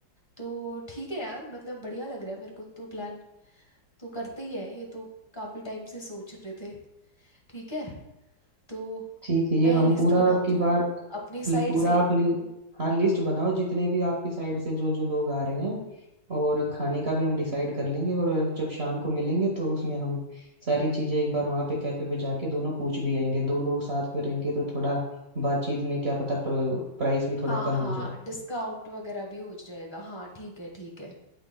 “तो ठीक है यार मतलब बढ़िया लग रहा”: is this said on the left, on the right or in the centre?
Left